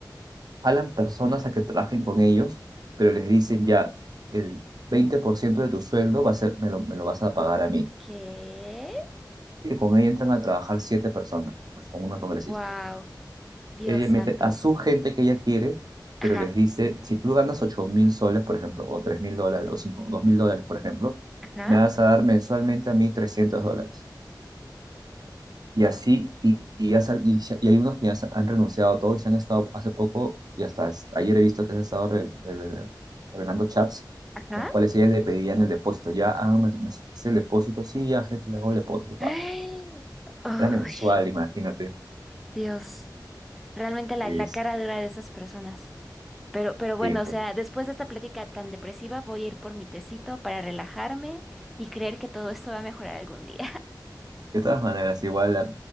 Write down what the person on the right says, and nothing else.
jalan personas a que trabajen con ellos, pero les dicen ya, el 20% de tu sueldo va a ser, me lo, me lo vas a pagar a mí.
Y que con ella entran a trabajar siete personas, con una congresista.
Ella
mete a su gente que ella quiere, pero
les dice, si tú ganas 8 mil soles, por ejemplo, o 3 mil dólares, o 5, 2 mil dólares, por ejemplo,
me vas a dar mensualmente a mí 300 dólares. Y así, y, y ya sal- y se- y hay unos que ya se han renunciado a todo y se han estado hace poco, y hasta es- ayer he visto que se han estado re- re- revelando chats,
los cuales ellas le pedían el depósito. Ya, ah, me, me haces el depósito, sí, ya, jefe, le hago el depósito. pa.
Era mensual, imagínate.
Este,
pues,
de todas maneras, igual, la-